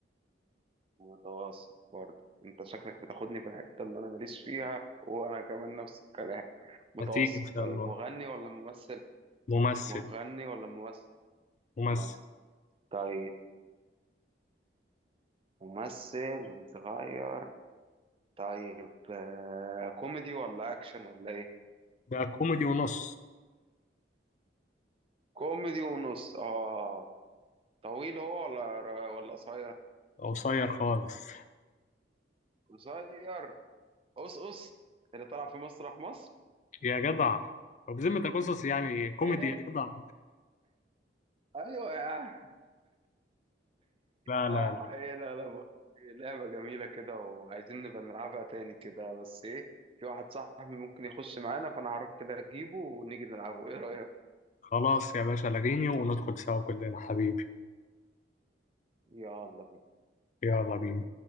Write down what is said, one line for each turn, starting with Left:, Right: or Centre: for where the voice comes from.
Right: متوسط برضه انت شكلك بتاخدني في الحتة اللي انا ماليش فيها وانا كمان نفس الكلام متوسط
Left: هتيجي ان شاء
Right: طيب
Left: الله
Right: مغني ولا ممثل
Left: ممثل
Right: مغني ولا ممثل
Left: ممثل
Right: ممثل طيب ممثل وصغير طيب آه، كوميدي ولا اكشن ولا ايه
Left: ده كوميدي ونص
Right: كوميدي ونص اه طويل هو ولا ولا قصير
Left: قصير خالص
Right: قصير قصقص اللي طلع في مسرح مصر
Left: يا جدع طب بذمتك قصص يعني كوميدي
Right: ايه
Left: يا جدع
Right: ايوه يا عم
Left: <laughs> لا
Right: آه
Left: لا
Right: حقيقة لا لا بقول لك إيه، لعبة جميلة كده وعايزين نبقى نلعبها تاني كده بس ايه في واحد صاحبي ممكن يخش معانا فانا هروح كده اجيبه ونيجي نلعبه ايه رأيك؟
Left: خلاص يا باشا لغيني وندخل سوا كلنا حبيبي
Right: يلا
Left: يلا بينا